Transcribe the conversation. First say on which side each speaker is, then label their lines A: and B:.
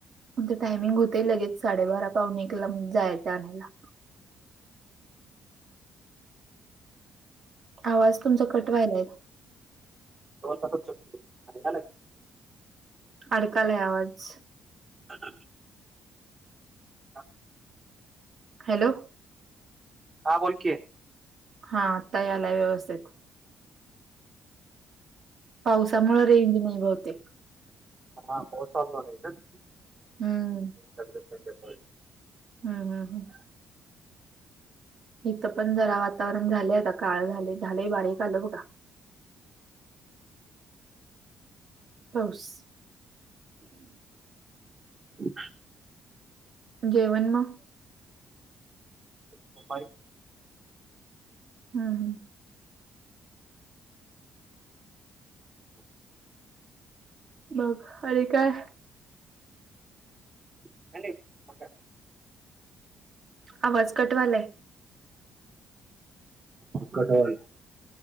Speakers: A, on the right; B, on the right.
A: त्यांच टायमिंग होतेय लगेच. साडेबारा पावणे एकला जायचं आणायला. आवाज तुमचा कट व्हायलाय.
B: हो तसं चुकतो <inaudible>
A: अडकालाय आवाज.
B: अ <inaudible> हा <inaudible>
A: हॅलो.
B: हां बोलकी.
A: हा आता यालाय व्यवस्थित. पावसामुळे रेंज नाही बहुतेक.
B: हा पाऊस चालू झाला इथेच.
A: हम्म
B: दर्शन घेतो. <inaudible>
A: हम्म हम्म हम्म. इथं पण जरा वातावरण झालेय आता. काळ झालेय. झाले बारीक आलं बघा. पाऊस.
B: हो <inaudible>
A: जेवण म.
B: दुपारी.
A: हम्म हम्म.
B: अच्छा. <inaudible>
A: बघ अनी काय?
B: <unintelligible>
A: आवाज कट व्हायलाय.
B: कट व्हायलाय.